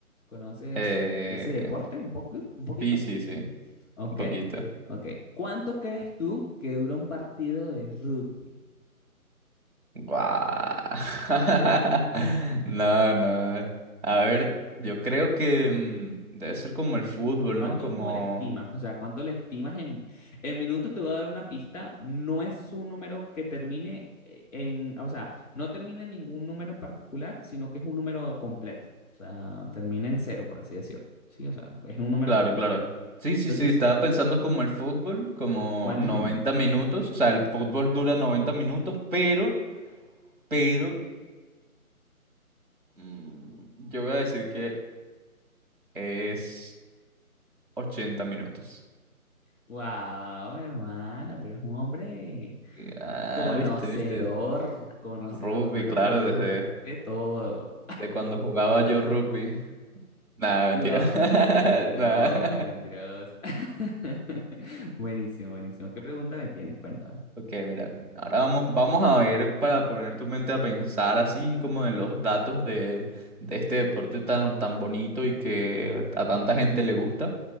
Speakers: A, on the left; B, on the right.
A: ¿Conoces
B: Eh,
A: ese deporte un poco, un poquito?
B: sí, sí, sí,
A: Ok,
B: un poquito.
A: ok. ¿Cuánto crees tú que dura un partido de rugby?
B: Guau. <laughs> No, no. A ver, yo creo que mm, debe ser como el fútbol,
A: ¿Cuánto
B: ¿no? Como...
A: como le estimas? O sea, ¿cuánto le estimas en, en minutos? Te voy a dar una pista. No es un número que termine eh, en, o sea, no termina en ningún número en particular, sino que es un número completo. O sea, termina en cero, por así decirlo. Sí, o sea, es un número
B: Claro,
A: completo.
B: claro. Sí,
A: Entonces,
B: sí, sí, estaba pensando como el fútbol, como
A: ¿Cuántos
B: 90
A: minutos?
B: minutos. O sea, el fútbol dura 90 minutos, pero, pero, mm, yo voy a decir que es 80 minutos.
A: Wow, mi hermano, pero es un hombre
B: Y, Ah,
A: conocedor,
B: viste, viste.
A: conocedor,
B: Rugby,
A: pero
B: claro,
A: conocedor
B: desde
A: de todo.
B: de cuando jugaba yo rugby. Nada, mentira.
A: ¿Jugabas rugby? Mentiroso,
B: <laughs> Nah.
A: mentiroso. <laughs> Buenísimo, buenísimo. ¿Qué pregunta me tienes? Cuéntame.
B: Ok, mira, ahora vamos, vamos a ver para poner tu mente a pensar así como en los datos de, de este deporte tan, tan bonito y que a tanta gente le gusta.